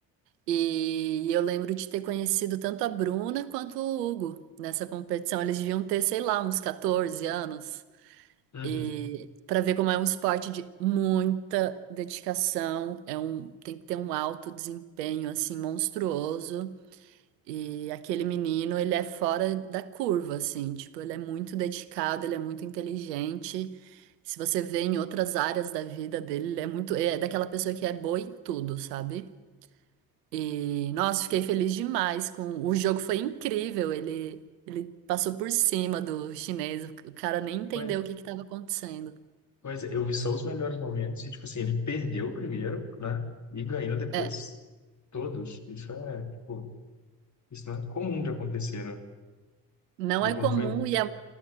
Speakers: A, on the right; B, on the left.
A: E eu lembro de ter conhecido tanto a Bruna quanto o Hugo nessa competição. Eles deviam ter, sei lá, uns 14 anos.
B: Uhum.
A: E para ver como é um esporte de muita dedicação, é um, tem que ter um alto desempenho assim monstruoso. E aquele menino, ele é fora da curva, assim, tipo, ele é muito dedicado, ele é muito inteligente. Se você vê em outras áreas da vida dele, ele é muito, é daquela pessoa que é boa em tudo, sabe? E, nossa, fiquei feliz demais com, o jogo foi incrível, ele, ele passou por cima do chinês, o cara nem entendeu
B: Pois,
A: o que que estava acontecendo.
B: pois é, eu vi só os melhores momentos, e tipo assim, ele perdeu o primeiro, né, e ganhou depois
A: É,
B: todos. Isso é, tipo, isso não é comum de acontecer, né?
A: não
B: O jogo
A: é comum
B: não foi.
A: e é